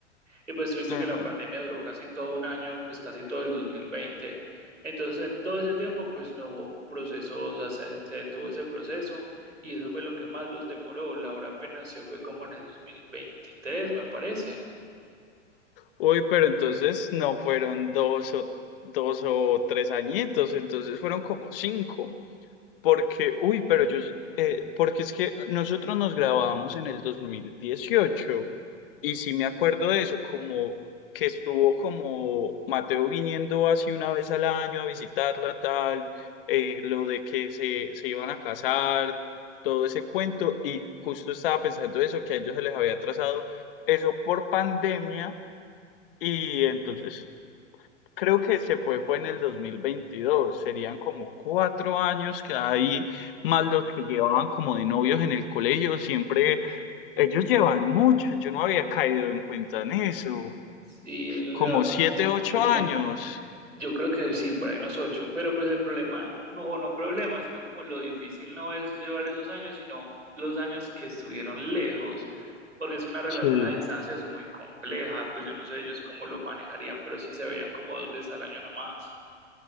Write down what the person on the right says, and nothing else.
y pues tuviste
que la pandemia duró casi todo un año, pues casi todo el dos mil veinte, Entonces en todo ese tiempo pues no hubo procesos, o sea, se, se detuvo ese proceso y eso fue lo que más los demoró. Laura apenas se fue como en el dos mil veintitrés me parece.
Sí, ellos
llevan
mucho,
mucho
tiempo. Yo creo que sí, por ahí unos ocho, pero pues el problema, no, o no problema, sino como lo difícil no es llevar esos años, sino los años que estuvieron lejos, porque es que una relación
a distancia es muy compleja, pues yo no sé ellos cómo lo manejarían, pero sí se veían como dos veces al año nomás.